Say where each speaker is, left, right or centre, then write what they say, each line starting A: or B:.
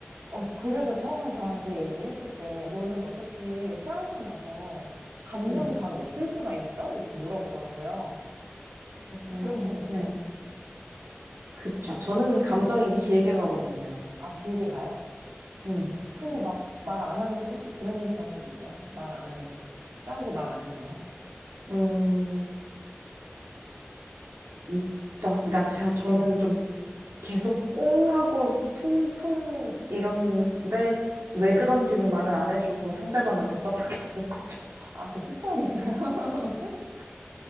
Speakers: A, on the right; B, on the right.
A: 어, 그래서 처음에 저한테 얘기했을 때 너는 어떻게 싸우고 나서 감정이
B: 네.
A: 바로 없을 수가 있어? 이렇게 물어보더라고요.
B: 그러게요.
A: 그런 편이세요?
B: 네. 그쵸. 저는 감정이
A: 네.
B: 길게 가거든요.
A: 아, 길게 가요?
B: 네.
A: 근데 막 말 안 한, 혹시 그런 경험도 있어요? 말 안 한, 싸우고 말 안 한 경험?
B: 음, 있죠. 그러니까 제가, 저는
A: 예.
B: 좀 계속 꽁하고 퉁퉁 이런데 왜
A: 네.
B: 그런지는 말을 안 해줘서 상대방을 답답하게 <laughs> 하는 거죠.
A: 아, 그 수법인가요? <laughs>